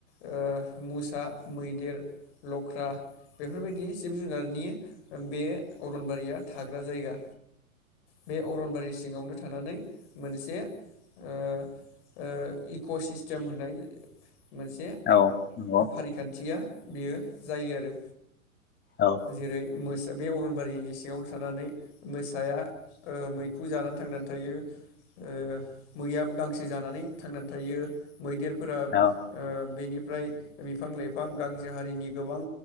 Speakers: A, on the left; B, on the left.
A: ओ मुसा मैदेर लख्रा बेफोरबायदि जिब जुनारनि बे अरनबारिया थाग्रा जायगा बे अरनबारि सिङावनो थानानै मोनसे ओ ओ इक' सिस्टेम होननाय मोनसे
B: नंगौ
A: फारिखानथिया बेयो जायो आरो।
B: औ
A: जेरै- मोसा बे अरनबारिनि सिङाव थानानै मोसाया ओ मैखौ जानानै थांनानै थायो ओ मैयाबो गांसो जानानै थांनानै थायो। मैदेरफोरा
B: औ
A: ओ बेनि फ्राय बिफां लाइफां गांसो हारिनि गोबां